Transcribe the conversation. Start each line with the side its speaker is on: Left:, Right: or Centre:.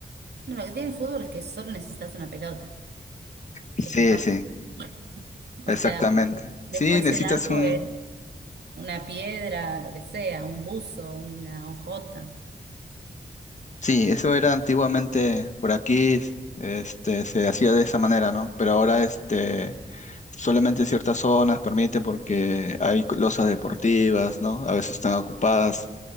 Right: No, lo que tiene el fútbol es que solo necesitas una pelota.
Left: Sí,
Right: Y ya está.
Left: sí,
Right: <laughs> O
Left: exactamente.
Right: sea, después
Left: Sí, necesitas
Right: el arco
Left: un,
Right: es una piedra, lo que sea, un buzo, una hojota.
Left: Sí, eso era antiguamente por aquí, este, se hacía de esa manera, ¿no? Pero ahora, este, solamente ciertas zonas permiten porque hay losas deportivas, ¿no? A veces están ocupadas